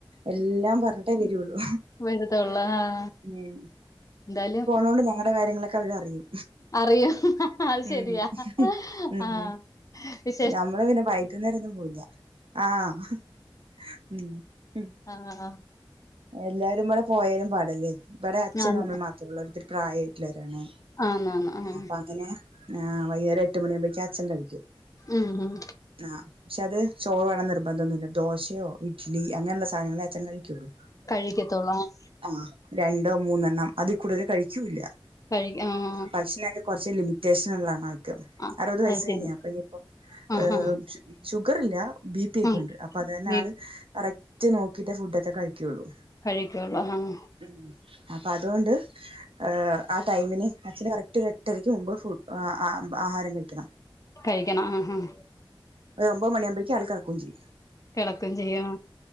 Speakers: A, on the right; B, on the left.
A: എല്ലാം പറഞ്ഞിട്ടേ വെരുള്ളു
B: വരത്തുള്ളൂ ആ
A: ഉം
B: എന്തായാലും
A: അണ്ട് ഞങ്ങടെ കാര്യങ്ങളൊക്കെ അവര് അറിയും
B: അറിയാം അത് ശെരിയാ
A: ഉം ഉം
B: ആഹ് വി
A: നമ്മള് പിന്നെ വൈന്നേരൊന്നും പോയില്ല ആഹ് ഉം
B: ആഹ് ആഹ്
A: എല്ലാരും ഇമ്മടെ <unintelligible> ഇവടെ അച്ഛനും
B: ആന്ന്
A: അമ്മയും മാത്രള്ളു അവര് ഒത്തിരി പ്രായായിട്ടോള്ളവരാണ്
B: ആന്നാന്ന് ആഹ്
A: അപ്പം അങ്ങനെ വൈന്നേരം എട്ട്ണിയാമ്പോഴേക്കും അച്ഛൻ കഴിക്കും
B: ഉം ഉം
A: ആഹ് പക്ഷെ അത് ചോറ് വേണോ ന്ന് നിർബന്ധ ഒന്നും ഇല്ല ദോശയോ ഇഡ്ലി അങ്ങനെള്ള സാധനങ്ങളെ അച്ചൻ കഴിക്കോള്ളൂ
B: കഴിക്കത്തൊള്ള് ആഹ്
A: ആഹ് രണ്ടോ മൂന്നെണ്ണം അതി കൂടേല് കഴിക്കൂല്ല്യാ
B: കഴി ആഹ്
A: ഭക്ഷണേക്കെ കൊറച്ച് ലിമിറ്റേഷൻ ഒള്ള ആണ് ആൾക്ക്
B: ആഹ്
A: അറ്പത് വയസ്സ്
B: അത് ശരി
A: കയിഞ്ഞ്യാ അപ്പം ഇനി ഇപ്പൊ
B: ആഹ്
A: യെ
B: ആഹ്
A: ഷുഗറില്ലാ ബിപിക്കെ
B: ആഹ്
A: ഒണ്ട് അപ്പൊ അത് അന്നെ
B: വീ
A: ആള് കറക്റ്റ് നോക്കിയിട്ടേ ഫുഡ് ഒക്കെ കഴിക്കോ ള്ളൂ
B: കഴിക്കോള്ളൂ ആഹ്
A: ഉം അപ്പൊ അതോണ്ട് ഹ് ആ ടൈമിന് അച്ഛന് കറക്റ്റ് ഒര് എട്ടരയ്ക്ക് മുമ്പ് ഫു ആഹാരം കഴി ക്കണം
B: കഴിക്കണം ആഹ് ഉം
A: ഒര് ഒമ്പത് മണി ആമ്പോഴേക്ക് ആള്കെട ക്കോം ചെയ്യും
B: കേടക്കേം ചെയ്യാം